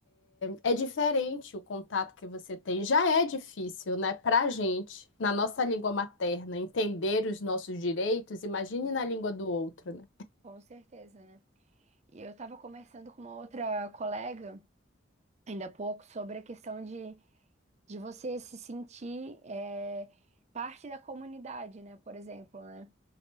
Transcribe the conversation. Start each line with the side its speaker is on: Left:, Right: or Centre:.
Left: é diferente o contato que você tem. Já é difícil, né, pra gente, na nossa língua materna, entender os nossos direitos, imagine na língua do outro, né?
Right: com certeza, né? E eu estava conversando com uma outra colega ainda há pouco sobre a questão de de você se sentir é, parte da comunidade, né? Por exemplo, né?